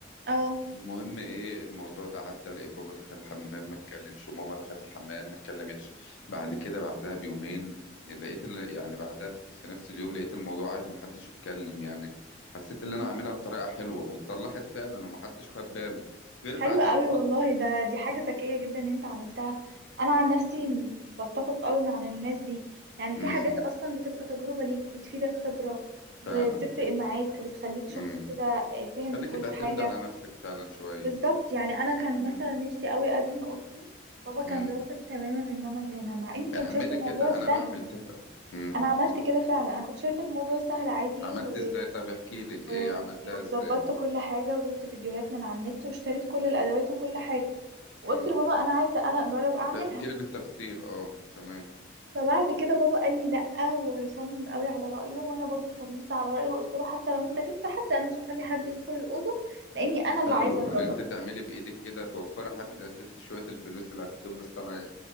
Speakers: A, on the right; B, on the left.
A: اه
B: المهم ايه الموضوع ده عدى لقيت بابا دخل الحمام ما اتكلمش وماما دخلت الحمام ما اتكلمتش بعد
A: مم.
B: كده بعدها بيومين لقيت ال- يعني بعدها في في نفس اليوم لقيت الموضوع عادي ما حدش اتكلم يعني حسيت اللي انا
A: مم.
B: عاملها بطريقة حلوة واتصلحت فعلا وما حدش خد باله غير
A: حلو
B: بعدها
A: قوي
B: بفترة
A: والله ده دي حاجة ذكية جدا ان انت عملتها انا عن نفسي
B: امم
A: بتفق قوي مع الناس دي يعني في
B: امم
A: حاجات اصلا بتبقى تجربة ليك بتفيدك خبرة وبتفرق
B: فعلا
A: معاك بتخليك شخص
B: امم
A: كده آه، فاهم
B: خليك
A: في كل
B: تعتمد
A: حاجة
B: على نفسك فعلا شوية
A: بالظبط يعني انا كان
B: امم
A: مثلا نفسي قوي ادهن اوضتي بابا كان
B: امم
A: رافض تماما ان انا ادهنها مع اني كنت
B: اعملي
A: شايفة الموضوع
B: كده
A: سهل
B: انا بعمل كده امم
A: انا عملت كده فعلا انا كنت شايفة الموضوع سهل عادي
B: عملت
A: و...
B: ازاي طب احكي لي ايه
A: و...
B: عملتها ازاي
A: وظبطت كل حاجة وجبت فيديوهات من على النت واشتريت كل الادوات وكل حاجة وقلت
B: مم.
A: لبابا انا عايزه انا اجرب اعملها
B: ده احكي لي بالتفصيل اه تمام
A: فبعد كده بابا قال لي لا وصمم قوي على رايه وانا برضو صممت على رايه وقلت له حتى لو انت جبت حد انا مش هخلي حد يدخل الاوضه لاني انا اللي
B: حلو
A: عايزه اجرب
B: ان انت تعملي بايدك كده توفري
A: مم.
B: حتى ست شويه الفلوس اللي هتدوم للصنايعي